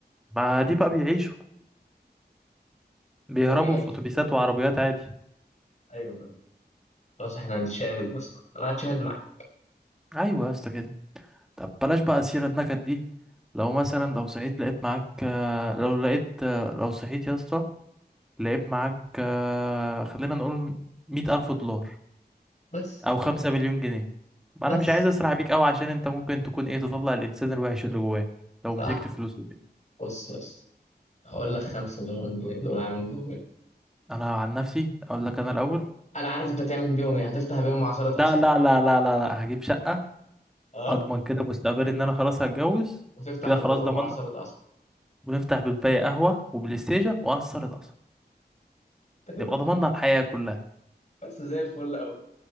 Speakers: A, in the centre; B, on the left.
A: ما دي بقى بيعيشوا بيهربوا
B: ده بيعيش
A: في اتوبيسات وعربيات عادي
B: ايوه خلاص احنا هنتشاهد يا اسطى انا هتشاهد معاك
A: ايوه يا اسطى كده طب بلاش بقى سيرة النكد دي لو مثلا لو صحيت لقيت معاك آه، لو لقيت آه، لو صحيت يا اسطى لعيب معاك آه، خلينا نقول مية ألف دولار
B: بس
A: أو خمسة مليون جنيه ما
B: بس
A: أنا مش عايز أسرح بيك أوي عشان أنت ممكن تكون إيه تطلع الإنسان الوحش اللي جواك لو
B: صح
A: مسكت فلوس وكده
B: بص بص هقول لك خمسة مليون جنيه دول هعمل بيهم ايه
A: أنا عن نفسي أقول لك أنا الأول
B: انا عارف انت تعمل بيهم ايه هتفتح بيهم عصارة
A: لا
B: قصب
A: لا لا لا لا لا هجيب شقة
B: اه
A: أضمن كده مستقبلي إن أنا خلاص هتجوز
B: وتفتح
A: كده
B: في
A: خلاص
B: البدروم
A: ضمن
B: مع عصارة قصب
A: ونفتح بالباقي قهوة وبلاي ستيشن وأثر اتأثر
B: انت كده
A: نبقى
B: فاهم
A: ضمننا الحياة كلها
B: بس زي الفل قوي.